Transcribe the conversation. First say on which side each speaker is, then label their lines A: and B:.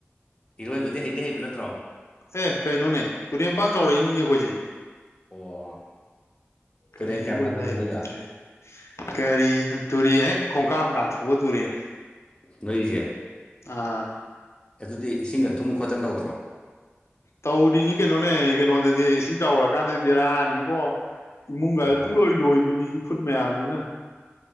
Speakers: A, on the left; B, on the left.
A: ꯏꯔꯣꯏꯕꯗꯤ ꯍꯩꯗꯤ ꯍꯩꯕ ꯅꯠꯇ꯭ꯔꯣ
B: ꯑꯦ ꯀꯩꯅꯣꯅꯦ ꯇꯨꯔꯦꯟ ꯃꯄꯥꯟ ꯆꯥꯎꯔꯛꯏꯅꯤꯅꯦ ꯑꯩꯈꯣꯏꯁꯦ
A: ꯑꯣ
B: ꯀꯩ
A: ꯇꯨꯔꯦꯟ ꯀꯌꯥꯝ
B: ꯏꯔꯣꯏꯕ
A: ꯅꯛꯅꯒꯦ
B: ꯍꯩꯏꯕ
A: ꯅꯣꯏꯒ
B: ꯅꯠꯇ꯭ꯔꯥꯌ‌ꯦ ꯀꯔꯤꯅꫭ ꯇꯨꯔꯦꯟ ꯍ‌ꯦꯛ ꯈꯣꯡꯀꯥꯞꯃꯥ ꯀꯥꯟꯊꯣꯛꯑꯒ ꯇꯨꯔꯦꯟꯅ‌ꯦ
A: ꯅꯣꯏꯒꯤꯁ‌ꯦ
B: ꯑꯥ
A: ꯑꯗꯨꯗꯤ ꯏꯁꯤꯡꯒ ꯊꯨꯝ ꯈꯣꯠꯇꯅ ꯇꯧꯗ꯭ꯔꯣ
B: ꯇꯧꯔꯤꯅꯤ ꯀꯩꯅꯣꯅꯦ ꯀꯩꯅꯣꯗꯗꯤ ꯏꯁꯤꯡ ꯆꯥꯎꯔꯛꯀꯥꯟꯗꯗꯤ ꯕꯦꯔꯥꯅꯤꯕꯣ ꯏꯃꯨꯡꯒ
A: ꯑꯣ
B: ꯄꯨꯡꯂꯣꯏ ꯂꯣꯏꯕꯤꯅꯤ ꯏꯐꯨꯠ ꯃꯌꯥꯝꯖꯤꯅꯥ